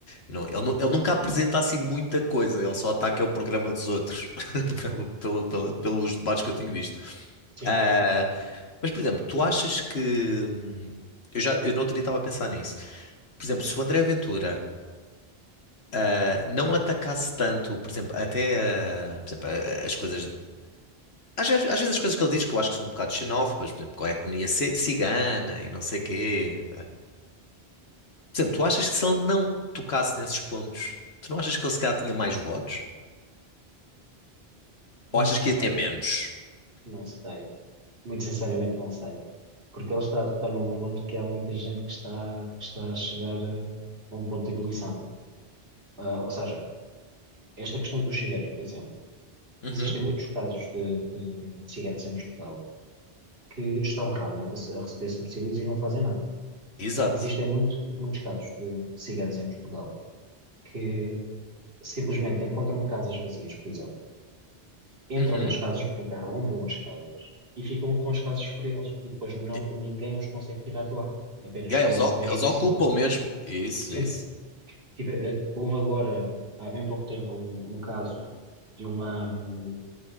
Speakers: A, on the left; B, on the right.
A: não, ele, nu- ele nunca apresenta assim muita coisa, ele só ataca o programa dos outros, <laughs> pelo- pelo- pelo- pelos debates que eu tenho visto.
B: Sim,
A: Ah, mas, por exemplo, tu achas que... hum, Eu já, eu no outro dia estava a pensar nisso. Por exemplo, se o André Ventura ah, não atacasse tanto, por exemplo, até ah, por exemplo, ah, as coisas Às, vezes às vezes as coisas que ele diz que eu acho que são um bocado xenófobas, por exemplo, com a etnia ci- cigana e não sei quê. Por exemplo, tu achas que se ele não tocasse nesses pontos, tu não achas que ele se calhar tinha mais votos?
B: não
A: Ou achas que
B: sei,
A: ia ter menos?
B: não sei. Muito sinceramente, não sei. Porque ele está a tocar num ponto que há muita gente que está, que está a chegar eh, a um ponto de ebulição. Ah, ou seja, esta questão dos ciganos, por exemplo,
A: Uhum,
B: existem muitos casos de, de ciganos em Portugal que estão realmente a, se- a receber subsídios e não fazem nada.
A: exato.
B: Existem muito, muitos casos de ciganos em Portugal que simplesmente encontram casas vazias, por exemplo, entram
A: Uhum.
B: nas casas, portanto arrombam as casas e ficam com as casas para eles e depois não,
A: E,
B: ninguém os consegue tirar de lá, apenas
A: e aí,
B: com
A: eles,
B: uma
A: o-
B: ordem
A: eles
B: judicial.
A: ocupam mesmo. Isso,
B: Sim,
A: isso.
B: tive- eh, houve agora, há bem pouco tempo, um, um caso de uma, hum,